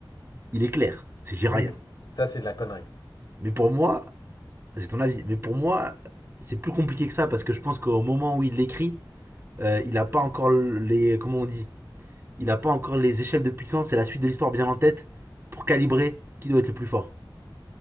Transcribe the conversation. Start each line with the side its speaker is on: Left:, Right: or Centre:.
Right: il est clair. C'est Jiraiya.
Left: Oui, mais ça c'est de la connerie.
Right: Mais pour moi, c'est ton avis, mais pour moi, c'est plus compliqué que ça parce que je pense qu'au moment où il l'écrit, euh, il n'a pas encore les. Comment on dit Il n'a pas encore les échelles de puissance et la suite de l'histoire bien en tête pour calibrer qui doit être le plus fort.